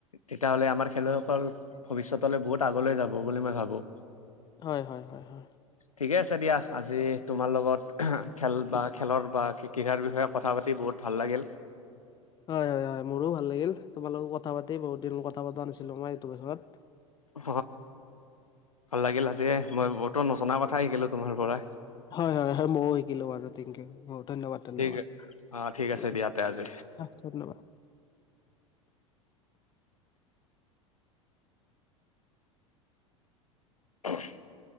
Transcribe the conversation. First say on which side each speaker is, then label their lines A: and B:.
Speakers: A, on the left (about 85°); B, on the left (about 25°).
A: তেতিয়াহ'লে আমাৰ খেলুৱৈসকল ভৱিষ্যতলৈ বহুত আগলৈ যাব বুলি মই ভাবো।
B: হয়, হয়, হয়, হয়।
A: ঠিকে আছে দিয়া আজি তোমাৰ লগত খেল বা খেলৰ বা ক্ৰীঢ়াৰ বিষয়ে কথা পাতি বহুত ভাল লাগিল।
B: হয়, হয়, হয় মোৰো ভাল লাগিল তোমাৰ লগত কথা পাতি, বহুত দিন কথা পতা নাছিলো মই এইটো বিষয়ত।
A: অ' ভাল লাগিল আজিয়ে মই বহুতো নজনা কথা শিকিলো তোমাৰ পৰা।
B: হয়, হয়, হয় ময়ো শিকিলোঁ বাৰু থেংক ইউ বু ধন্যবাদ ধন্যবাদ
A: ঠিক অ
B: ঠিক
A: দিয়া
B: আছে।
A: তে আজি
B: আঁ ধন্যবাদ।
A: <inaudible>